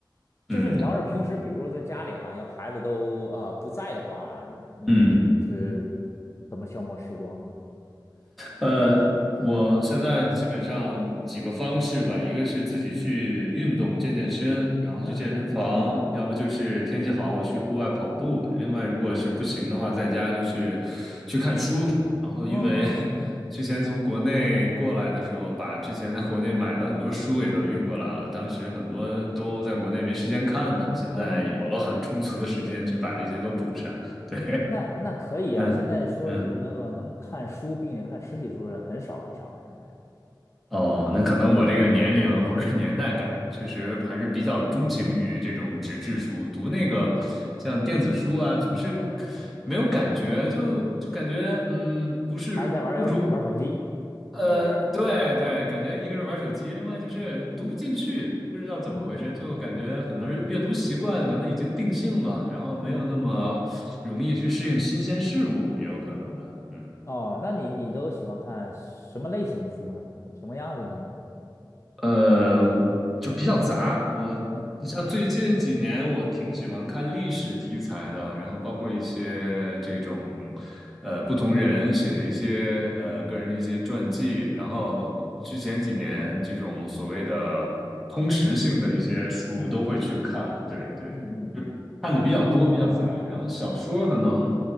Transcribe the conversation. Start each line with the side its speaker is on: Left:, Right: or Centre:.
Centre: 嗯
Left: 就是你要是平时，比如说在家里哈，要孩子都啊、呃不在的话，你就是
Centre: 嗯。
Left: 怎么消磨时光呢？
Centre: 呃，我现在基本上几个方式吧，一个是自己去运动健健身，
Left: 嗯
Centre: 然后去健身房，
Left: 嗯
Centre: 嗯要不就是天气好我去户外跑步。另外，如果是不行的话，在家就是去看书。然后，因为
Left: 嗯嗯
Centre: <laughs> 之前从国内过来的时候，把之前在国内买的很多书也都运过来了，当时很多都在国内没时间看的，现在有了很充足的时间去把这些都补上。
Left: 嗯嗯，
Centre: 对，
Left: 那那可以啊。
Centre: <laughs> 嗯嗯。
Left: 现在说是那个能看书并且看实体书的人很少很少了，现在，
Centre: 哦，那可能我这个年龄或者年代感，确实还是比较钟情于这种纸质书。读那个像电子书啊，总是
Left: 嗯，
Centre: 没有感觉，就就感觉嗯，不是如
Left: 还是在玩儿游玩儿手机，
Centre: 呃，
Left: 是不是？
Centre: 对对，感觉一个是玩手机，另外就是读不进去，不知道怎么回事，
Left: 嗯
Centre: 就感觉可能是阅读习惯可能已经定性了，然后没有那么容易去适应新鲜事物，
Left: 嗯，
Centre: 也有可能吧，嗯。
Left: 哦，那你你都喜欢看什么类型的书呢？什么样子的呢？
Centre: 呃，就比较杂。我，
Left: 嗯
Centre: 你像最近几年，我挺喜欢看历史题材的，然后包括一些这种，呃，不同人写的一些呃个人的一些传记。然后之前几年这种所谓的通识性的一些书都会去看。
Left: 嗯
Centre: 对对。
Left: 嗯嗯嗯嗯
Centre: 看的比较多，比较杂。然后小说可能